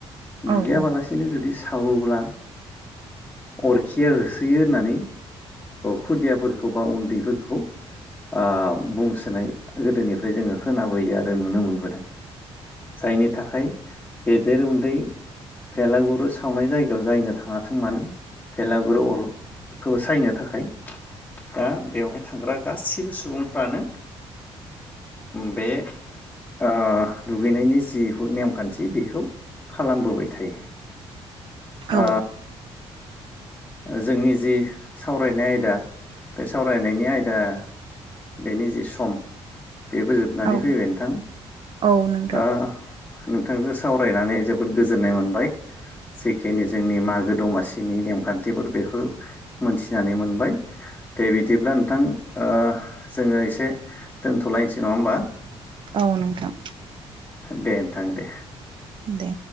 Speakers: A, on the right (about 50°); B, on the left (about 15°).
A: औ
B: दुगैया
A: औ
B: बालासिनि जुदि सा सावोब्ला अरखिया होसोयो होननानै खुदियाफोरखौ बा उन्दैफोरखौ ओ बुंसोनाय गोदोनिफ्राय जोङो खोनाबोयो आरो नुनो मोनबोदों साइनि गेदेर उन्दै भेलागुरु सावनाय जायगायाव जायनो थाङाथों मानो भेलागुरु अरखौ सायनो थाखाय दा बेवहाय ओ थांग्रा गासिबो सुबुंफ्रानो बे ओ दुगैनायनि जि बहुद नेमखान्थि बेखौ खालामबोबाय थायो ओ
A: औ
B: जोंनि जि सावरायनाय आयदा बे सावरायनायनि आयदाया बेनि जि सम बेबो जोबनानै
A: औ
B: फैबाय नोंथां
A: औ नोंथां
B: दा नोंथांजों सावरायनानै जोबोद गोजोननाय मोनबाय जिखिनि जोंनि मागो दमासिनि नेमखान्थि थिफोर बेखौ मोनथिनानै मोनबाय दे बिदिब्ला नोंथां ओ जोङो एसे दोनथ'लायनोसै नङा होमबा
A: औ नोंथां
B: दे नोंथां दे
A: दे